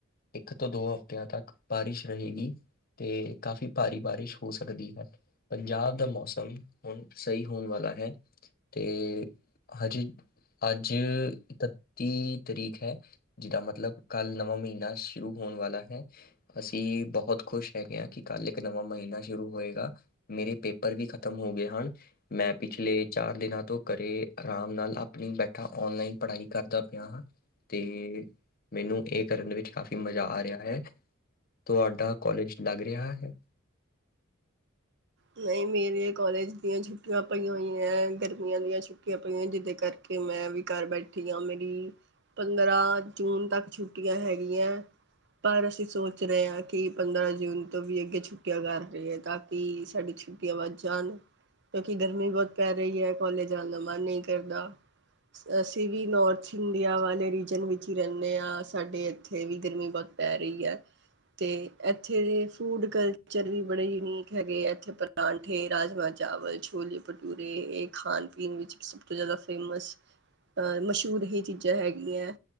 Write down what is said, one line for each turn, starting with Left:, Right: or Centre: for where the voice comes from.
Left: ਇੱਕ ਤੋਂ ਦੋ ਹਫਤਿਆਂ ਤੱਕ ਬਾਰਿਸ਼ ਰਹੇਗੀ ਤੇ ਕਾਫ਼ੀ ਭਾਰੀ ਬਾਰਿਸ਼ ਹੋ ਸਕਦੀ ਹੈ, ਪੰਜਾਬ ਦਾ ਮੌਸਮ ਹੁਣ ਸਹੀ ਹੋਣ ਵਾਲਾ ਹੈ ਤੇ ਹਜੇ ਅੱਜ ਇਕੱਤੀ ਤਰੀਕ ਹੈ ਜਿਹਦਾ ਮਤਲਬ ਕੱਲ ਨਵਾਂ ਮਹੀਨਾ ਸ਼ੁਰੂ ਹੋਣ ਵਾਲਾ ਹੈ, ਅਸੀਂ ਬਹੁਤ ਖੁਸ਼ ਹੈਗੇ ਹਾਂ ਕਿ ਕੱਲ੍ਹ ਇੱਕ ਨਵਾਂ ਮਹੀਨਾ ਸ਼ੁਰੂ ਹੋਏਗਾ ਮੇਰੇ ਪੇਪਰ ਵੀ ਖਤਮ ਹੋ ਗਏ ਹਨ। ਮੈਂ ਪਿਛਲੇ ਚਾਰ ਦਿਨਾਂ ਤੋਂ ਘਰੇ ਆਰਾਮ ਨਾਲ ਆਪਣੀ ਬੈਠਾ ਓਨਲਾਈਨ ਪੜ੍ਹਾਈ ਕਰਦਾ ਪਿਆ ਹਾਂ, ਤੇ ਮੈਨੂੰ ਇਹ ਕਰਨ ਵਿੱਚ ਕਾਫ਼ੀ ਮਜ਼ਾ ਆ ਰਿਹਾ ਹੈ। ਤੁਹਾਡਾ ਕਾਲਜ ਲੱਗ ਰਿਹਾ ਹੈ?
Right: ਨਹੀਂ ਮੇਰੀ ਕਾਲਜ ਦੀਆਂ ਛੁੱਟੀਆਂ ਛੁੱਟੀਆਂ ਪਈਆਂ ਹੋਈ ਹੈ ਗਰਮੀਆਂ ਦੀਆਂ ਛੁੱਟੀਆਂ ਪਈਆਂ ਹੋ ਜਿਹਦੇ ਕਰਕੇ ਮੈਂ ਵੀ ਘਰ ਬੈਠੀ ਹਾਂ ਮੇਰੀ ਪੰਦਰਾਂ ਜੂਨ ਤੱਕ ਛੁੱਟੀਆਂ ਹੈਗੀਆਂ ਪਰ ਅਸੀਂ ਸੋਚ ਰਹੇ ਹਾਂ ਕਿ ਪੰਦਰਾਂ ਜੂਨ ਤੋਂ ਵੀ ਅੱਗੇ ਛੁੱਟੀਆਂ ਕਰ ਰਹੇ ਹੈ ਤਾਂ ਕਿ ਸਾਡੀ ਛੁੱਟੀਆਂ ਵੱਧ ਜਾਣ ਕਿਉਂਕਿ ਗਰਮੀ ਬਹੁਤ ਪੈ ਰਹੀ ਹੈ ਕਾਲਜ ਜਾਣ ਦਾ ਮਨ ਨਹੀਂ ਕਰਦਾ ਅਸੀਂ ਵੀ ਨੋੌਰਥ ਇੰਡੀਆ ਵਾਲੇ ਰੀਜਨ ਵਿੱਚ ਹੀ ਰਹਿੰਦੇ ਹਾਂ ਸਾਡੇ ਇੱਥੇ ਵੀ ਗਰਮੀ ਬਹੁਤ ਪੈ ਰਹੀ ਹੈ ਤੇ ਇੱਥੇ ਦੇ ਫੂਡ ਕਲਚਰ ਵੀ ਬੜੇ ਯੂਨੀਕ ਹੈਗੇ ਉੱਥੇ ਪਰਾਂਠੇ, ਰਾਜਮਾਂ ਚਾਵਲ, ਛੋਲੇ ਭਟੂਰੇ ਇਹ ਖਾਣ ਪੀਣ ਵਿੱਚ ਸਭ ਤੋਂ ਜ਼ਿਆਦਾ ਫੇਮਸ ਅ ਮਸ਼ਹੂਰ ਇਹ ਚੀਜ਼ਾਂ ਹੈਗੀਆਂ।